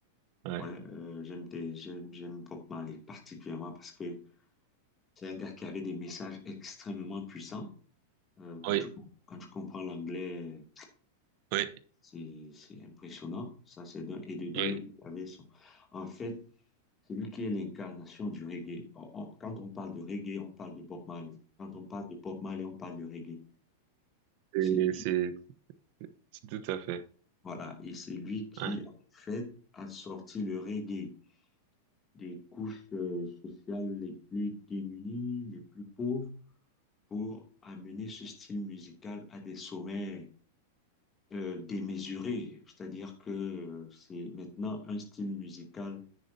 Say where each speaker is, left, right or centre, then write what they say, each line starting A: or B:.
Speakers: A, on the right; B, on the left.
A: Ouais.
B: ouais, euh, j'aime des, j'aime, j'aime Bob Marley particulièrement parce que c'est un gars qui avait des messages extrêmement puissants. Euh, quand
A: Oui.
B: tu, com- quand tu comprends l'anglais,
A: Oui.
B: c'est c'est impressionnant. Ça, c'est d'un. Et de deux,
A: Oui.
B: il avait son. En fait, c'est lui qui est l'incarnation du reggae. On- on- quand on parle de reggae, on parle de Bob Marley. Quand on parle de Bob Marley, on parle de reggae.
A: Et
B: C'est-
A: C'est c'est tout à fait.
B: Voilà. Et c'est lui qui,
A: Ouais.
B: en fait, a sorti le reggae des couches euh, sociales les plus démunies, les plus pauvres, pour amener ce style musical à des sommets euh, démesuré, c'est-à-dire que euh, c'est maintenant un style musical